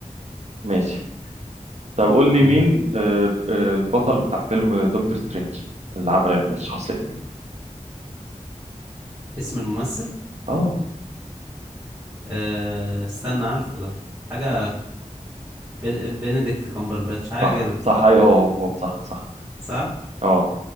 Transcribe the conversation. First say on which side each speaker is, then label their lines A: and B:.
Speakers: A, on the right; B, on the right.
A: ماشي طب قول لي
B: قول
A: مين آه، آه، البطل بتاع فيلم دكتور سترينج اللي عمل الشخصيه
B: اسم الممثل
A: اه
B: آه، استنى عارفه ده حاجة بن- بنديكت كامبرباتش حاجة
A: صح
B: كده
A: صح ايوه هو هو هو، صح صح
B: صح؟
A: اه